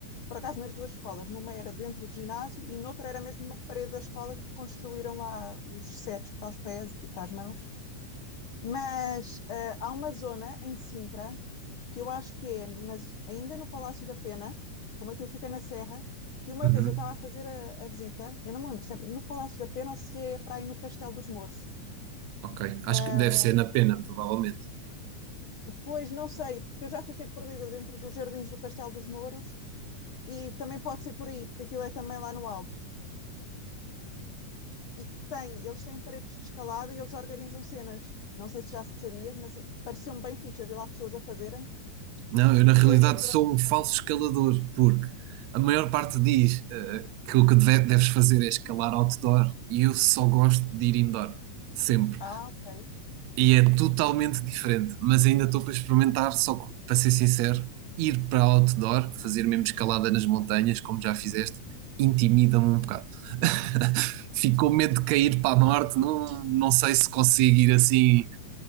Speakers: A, on the left; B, on the right.
A: por acaso nas duas escolas, numa era dentro do ginásio e noutra era mesmo uma parede da escola que construíram lá os setes para os pés e para as mãos. Mas ah, há uma zona em Sintra que eu acho que é nas, ainda no Palácio da Pena, como aquilo fica na Serra, que uma
B: Uhum.
A: vez eu estava a fazer a, a visita, eu não me lembro se é no Palácio da Pena ou se é para aí no Castelo dos Mouros.
B: Ok, acho
A: Ah,
B: que deve ser na pena, provavelmente.
A: pois não sei, porque eu já fiquei perdida dentro dos jardins do Castelo dos Mouros e também pode ser por aí, porque aquilo é também lá no alto. E que tem, eles têm paredes de escalada e eles organizam cenas. Não sei se já sabias, mas pareceu-me bem fixe. Eu vi lá pessoas a fazerem
B: Não, eu
A: e
B: na
A: fiquei
B: realidade
A: a ver durante
B: sou
A: um bocado.
B: um falso escalador, porque a maior parte diz eh, que o que deve- deves fazer é escalar outdoor e eu só gosto de ir indoor, sempre.
A: Ah, ok.
B: E é totalmente diferente, mas ainda estou para experimentar, só que, para ser sincero, ir para outdoor, fazer mesmo escalada nas montanhas, como já fizeste, intimida-me um bocado. <laughs> Fico com medo de cair para a norte, não, não sei se consigo ir assim